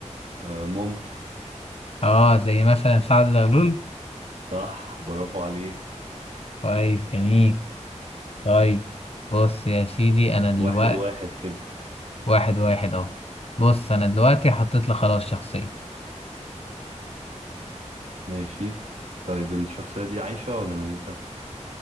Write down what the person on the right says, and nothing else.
آه، ممكن
صح برافو عليك
واحد واحد كده
ماشي طيب الشخصية دي عايشة ولا ميتة؟